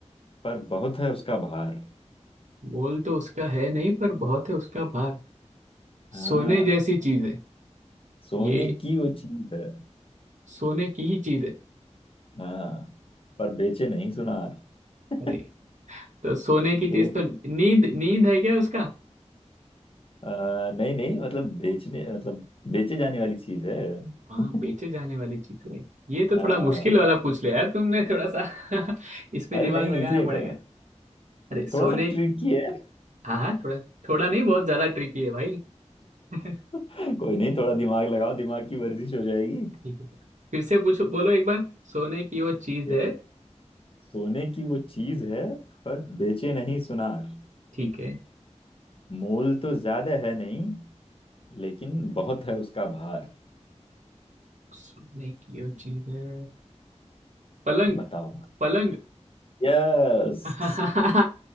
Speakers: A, on the left; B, on the right.
A: पर बहुत है उसका भार
B: मोल तो उसका है नहीं पर बहुत है उसका भार
A: हाँ
B: सोने जैसी चीज है
A: सोने
B: ये
A: की वो चीज है
B: सोने की ही चीज है
A: हाँ पर बेचे नहीं सुनार <laughs>
B: अरे तो सोने की चीज
A: ये
B: तो नींद नींद है क्या उसका
A: आ, नहीं नहीं मतलब बेचने मतलब बेचे जाने वाली चीज है
B: हाँ
A: <laughs>
B: बेचे जाने वाली चीज है ये तो
A: हाँ
B: थोड़ा मुश्किल वाला पूछ लिया यार तुमने थोड़ा सा <laughs> इसमें
A: अरे
B: दिमाग
A: नहीं
B: लगाना
A: इजी है
B: पड़ेगा
A: थोड़ा
B: अरे सोने
A: थोड़ा सा ट्रिकी है
B: हाँ हाँ थोड़ा थोड़ा नहीं बहुत ज्यादा ट्रिकी है भाई <laughs> ठीक
A: <laughs> कोई नहीं थोड़ा दिमाग लगाओ दिमाग की वर्जिश हो जाएगी
B: है फिर से पूछो बोलो एक बार सोने की वो चीज
A: ये
B: है
A: सोने की वो चीज है पर बेचे नहीं सुनार
B: ठीक है
A: मोल तो ज्यादा है नहीं लेकिन बहुत है उसका भार
B: सोने की वो चीज है पलंग
A: बताओ
B: पलंग
A: यस
B: <laughs>